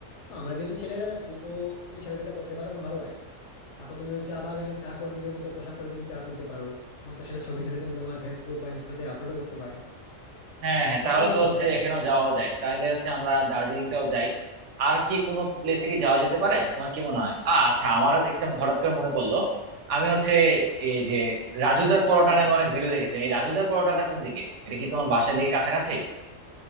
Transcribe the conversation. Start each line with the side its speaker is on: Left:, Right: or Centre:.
Left: তো আমরা যেহেতু ছেলেরা যাচ্ছি তো তুমি ছেলেদেরটা পরতে পারো আমার ভালো লাগবে তারপর তুমি ওই চা বাগানে চা কর্মীদের মতো পোশাক পরে তুমি চা তুলতে পারো আমার তো সেটা ছবি তুলে তুমি তোমার ফেসবুক বা ইনস্টাতে আপলোডও করতে পারো
Right: হ্যাঁ হ্যাঁ
Left: তো
Right: তাহলে
Left: সেটা আমরা
Right: তো
Left: করতে
Right: হচ্ছে
Left: পারি
Right: এখানেও যাওয়া যায় তাহলে হচ্ছে আমরা দার্জিলিংটাও যাই আর কি কোনো প্লেসে কি যাওয়া যেতে পারে তোমার কি মনে হয় আ, আচ্ছা আমার হচ্ছে একটা হঠাৎ করে মনে পড়লো আমি হচ্ছে এই যে রাজুদার পরোটা নামে অনেক ভিডিও দেখেছি এই রাজুদার পরোটাটা কোন দিকে এটা কি তোমার বাসায় দিকে কাছাকাছি